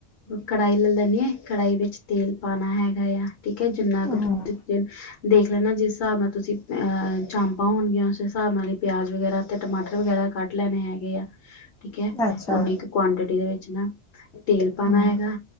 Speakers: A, on the left; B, in the centre.
A: ਕੜਾਹੀ ਲੈ ਲੈਂਨੀ ਆ ਕੜਾਹੀ ਵਿੱਚ ਤੇਲ ਪਾਉਣਾ ਹੈਗਾ ਆ। ਠੀਕ ਹੈ, ਜਿੰਨਾ
B: ਹੂੰ
A: ਕੁ ਤੁਸੀ ਦੇਖ ਲੈਂਦਾ ਜਿਸ ਹਿਸਾਬ ਨਾਲ ਤੁਸੀਂ ਚਾਮਪਾਂ ਹੋਣਗੀਆਂ ਉਸ ਹਿਸਾਬ ਨਾਲ ਹੀ ਪਿਆਜ਼ ਵਗੈਰਾ ਅਤੇ ਟਮਾਟਰ ਵਗੈਰਾ ਕੱਟ ਲੈਣੇ ਹੈਗੇਆ। ਠੀਕ ਹੈ
B: ਅੱਛਾ
A: ਉਓਨੀ ਕੁ ਕੁਆਂਟਿਟੀ ਦੇ ਵਿੱਚ ਜਿਨਾ ਤੇਲ ਪਾਣਾ
B: ਹੂੰ
A: ਹੈਗਾ।